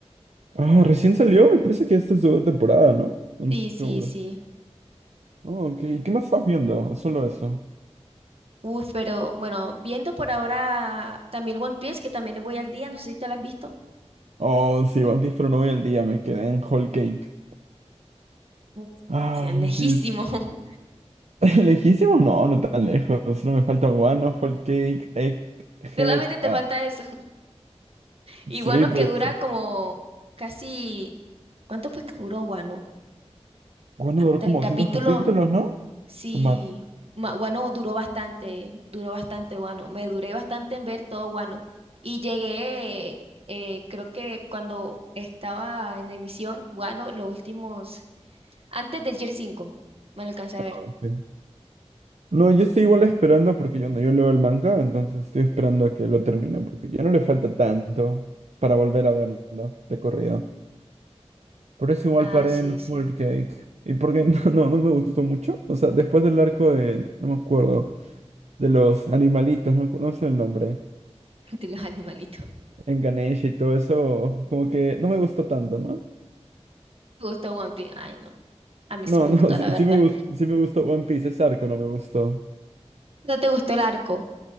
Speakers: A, on the right; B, on the right.
A: Ah, recién salió, me parece que esta es su segunda temporada, ¿no? No
B: Sí,
A: estoy
B: sí,
A: seguro.
B: sí.
A: Oh, ok. ¿Qué más estás viendo? ¿O solo eso?
B: Uf, pero bueno, viendo por ahora también One Piece, que también voy al día. No sé si te lo has visto.
A: Oh, sí, One Piece, pero no voy al día, me quedé en Whole Cake.
B: Uf,
A: Ah,
B: sí, es lejísimo.
A: One Piece.
B: <laughs>
A: <laughs> ¿Lejísimos? No, no tan lejos. Solo me falta Wano, Whole Cake, Egghead.
B: Solamente te
A: Ah,
B: falta eso. Y
A: sí,
B: Wano
A: pero
B: que
A: esa.
B: dura como casi... ¿Cuánto fue que duró Wano?
A: Wano
B: Hasta
A: duró como
B: el capítulo...
A: 200 capítulos, ¿no?
B: Sí,
A: Tomás.
B: Ma- Guano duró bastante, duró bastante Guano. Me duré bastante en ver todo Guano. Y llegué, eh, creo que cuando estaba en emisión, Guano, los últimos, antes del Year 5 me lo alcancé a
A: Ah,
B: ver.
A: ok. No, yo estoy igual esperando porque yo no, yo leo el manga, entonces estoy esperando a que lo termine porque ya no le falta tanto para volver a verlo de corrido. Por eso igual
B: Ah,
A: paré
B: sí,
A: en
B: sí,
A: Whole Cake. Y porque <laughs> no, no, no me gustó mucho. O sea, después del arco de... No me acuerdo. de los animalitos, no, no sé el nombre,
B: <laughs> de los animalitos.
A: en Ganesha y todo eso, como que no me gustó tanto, ¿no?
B: ¿Te gustó One Piece? Ay, no, a mí
A: No,
B: sí me
A: <laughs> no,
B: gustó,
A: sí,
B: la verdad.
A: sí me gustó, sí me gustó One Piece, ese arco no me gustó.
B: ¿No te gustó el arco?